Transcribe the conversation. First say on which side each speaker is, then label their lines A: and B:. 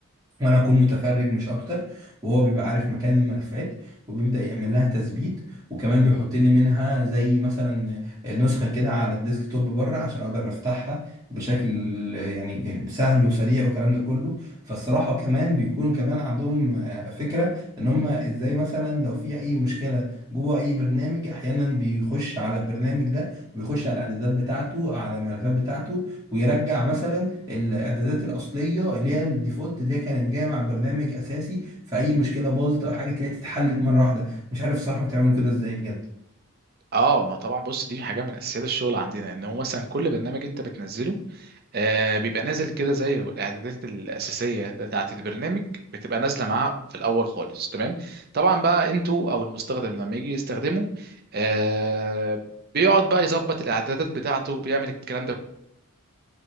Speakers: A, on the right; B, on the right.
A: وانا اكون متفرج مش اكتر وهو بيبقى عارف مكان الملفات وبيبدا يعمل لها تثبيت وكمان بيحط لي منها زي مثلا نسخه كده على الديسك توب بره عشان اقدر افتحها بشكل يعني سهل وسريع والكلام ده كله فالصراحه كمان بيكونوا كمان عندهم فكره ان هم ازاي مثلا لو في اي مشكله جوه اي برنامج احيانا بيخش على البرنامج ده ويخش على الاعدادات بتاعته على الملفات بتاعته ويرجع مثلا الاعدادات الاصليه اللي هي الديفولت اللي هي كانت جايه مع برنامج اساسي فاي مشكله باظت او حاجه تلاقيها اتحلت مره واحده مش عارف الصراحه بتعملوا كده ازاي بجد
B: اه ما طبعا بص دي حاجه من اساسيات الشغل عندنا ان هو مثلا كل برنامج انت بتنزله آه بيبقى نازل كده زي الاعدادات الاساسيه بتاعه البرنامج بتبقى نازله معاه في الاول خالص تمام طبعا بقى انتوا او المستخدم لما يجي يستخدمه آه بيقعد بقى يظبط الاعدادات بتاعته بيعمل الكلام ده